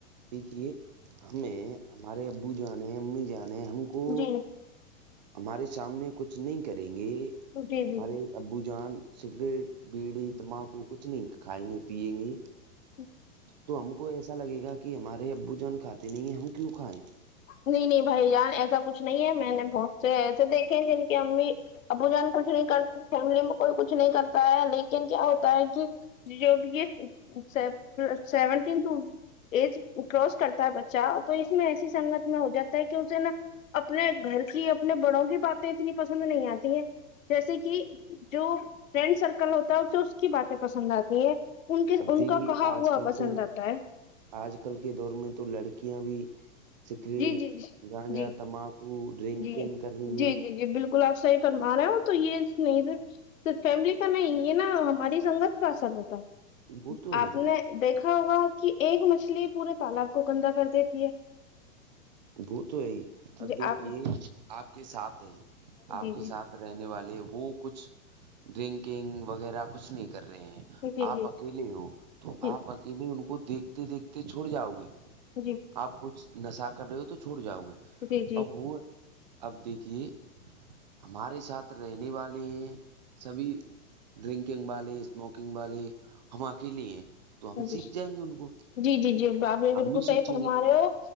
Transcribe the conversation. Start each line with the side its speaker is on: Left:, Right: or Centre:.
Right: دیکھیے ہمیں ہمارے ابو جانے امی جانے ہم کو
Left: جی
Right: ہمارے سامنے کچھ نہیں کریں گے
Left: جی جی
Right: ہمارے ابو جان سگریٹ بیڑی تمباکو کچھ نہیں کھائیں گے پیئیں گے
Left: <inaudible>
Right: تو ہم کو ایسا لگے گا کہ ہمارے ابو جوان کاتے نہیں ہیں ہم کیوں کھائیں
Left: نہیں نہیں بھائی ان ایسا کچھ نہیں ہے میں نے بہت سے ایسے دیکھے ہیں جن کی امی ابو جان کچھ نہیں کرتے فیملی میں کوئی کچھ نہیں کرتا ہے لیکن کیا ہوتا ہے کہ جو بھی یہ سیونٹین ٹو ایج کراس کرتا ہے بچہ تو اس میں ایسی سنگت میں ہو جاتا ہے کہ اسے نا اپنے گھر کی اپنے بڑوں کی باتیں اتنی پسند نہیں آتی ہیں جیسے کہ جو فرینڈ سرکل ہوتا ہے اسے اس کی باتیں پسند آتی ہے ان کے
Right: اب
Left: ان
Right: دیکھیے
Left: کا کہاں
Right: آج
Left: ہوا
Right: کل
Left: پسند
Right: تو
Left: آتا ہے
Right: آج کل کے دور میں تو لڑکیاں بھی سگریٹ
Left: جی جی جی
Right: گانجا
Left: جی
Right: تماک کو ڈرنکنگ
Left: جی
Right: کرنی
Left: جی
Right: ہے
Left: جی جی بالکل آپ صحیح فرما رہے ہو تو یہ نہیں صرف تو فیملی کا نہیں یہ نا ہماری سنگت کا اثر ہوتا ہے
Right: وہ تو ہے
Left: آپ نے دیکھا ہوگا کہ ایک مچھلی پورے تالاب کو گندا کر دیتی ہے
Right: وہ تو ہےی اب
Left: جی
Right: دیکھیے
Left: آپ
Right: آپ کے ساتھ ہے آپ
Left: جی
Right: کے
Left: جی
Right: ساتھ رہنے والے وہ کچھ ڈرنکنگ وغیرہ کچھ نہیں کر رہے ہیں
Left: جی جی
Right: آپ اکیلے ہو تو
Left: جی
Right: آپ اکیلے ان کو دیکھتے دیکھتے چھوڑ جاؤ گے
Left: جی
Right: آپ کچھ نشہ کر رہے ہو تو چھوڑ جاؤ گے
Left: جی جی
Right: اب وہ اب دیکھیے ہمارے ساتھ رہنے والے ہیں سبھی ڈرنکنگ والے اسموکنگ والے ہم اکیلیے ہیں تو ہم
Left: جی
Right: سیکھ جائیں گے ان کو
Left: جی جی جی بابھی بالکل
Right: ہم بھی
Left: صحیح
Right: سوچیں
Left: فرما
Right: گے
Left: رہے ہو